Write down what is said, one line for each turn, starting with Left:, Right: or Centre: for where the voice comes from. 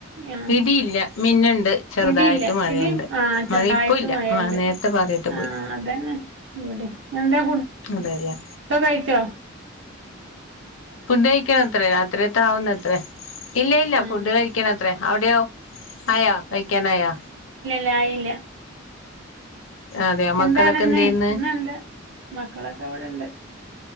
Right: ആ
Left: ഇടിയില്ല മിന്നുണ്ട് ചെറുതായിട്ട്
Right: ഇടിയില്ല
Left: മഴയുണ്ട്
Right: ഇടിം ആഹ് ചെർതായിട്ട്
Left: മഴ ഇപ്പ ഇല്ല
Right: മഴണ്ട്
Left: മഴ നേരത്തെ പാറിയിട്ട്
Right: ആ
Left: പോയി
Right: അതന്നെ ഇവടിം എന്താ ഫു
Left: അതെല്ലേ
Right: ഡ്കഴിച്ചോ?
Left: ഫുഡ് കഴിക്കൻ അത്രേ രാത്രിയത്തെ ആവുന്നത്രേ ഇല്ല ഇല്ല
Right: ആഹ്
Left: ഫുഡ് കഴിക്ക്‌ണ അത്രേ അവിടെയോ ആയോ കഴിക്കാനയോ?
Right: രായില്ല
Left: അതെയോ മക്കളൊക്കെ
Right: എന്താണ്ന്ന്
Left: എന്ത് ചെയ്യുന്ന്
Right: ന്ന് എന്ത മക്കളൊക്കെ ഇവിടെണ്ട്